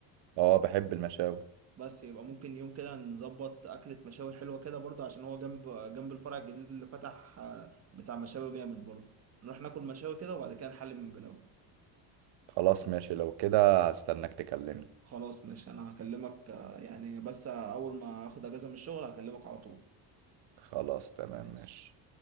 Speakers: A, on the right; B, on the right.
A: أه بحب المشاوي
B: بس يبقى ممكن يوم كده نظبط اكله مشاوي حلوه كده برضه عشان هو جنب جنب الفرع الجديد اللي فتح آه، بتاع مشاوي جامد برضه نروح ناكل مشاوي كده وبعد كده نحل من بلاوي
A: خلاص ماشي لو كده هستناك تكلمني
B: خلاص ماشي انا هكلمك آه، يعني بس اول ما اخد اجازه من الشغل هكلمك على طول
A: خلاص تمام
B: ماشي
A: ماشي